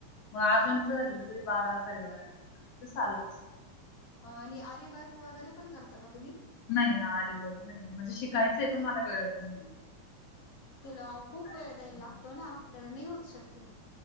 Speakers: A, on the left (about 70°); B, on the left (about 50°).
A: मग अर्जंटच राहिल हो तर कधी बारा साडेबारा जसं आलं तसं
B: आणि आरी वर्क वगैरे पण करता का तुम्ही?
A: नाही आरी वर्क नाही म्हणजे शिकायचंय पण मला वेळच नाहीये.
B: तिला खूप
A: आरीवर्क
B: वेळ द्यायला लागतो
A: नाही
B: ना आपल्याला नाही होऊत शक्य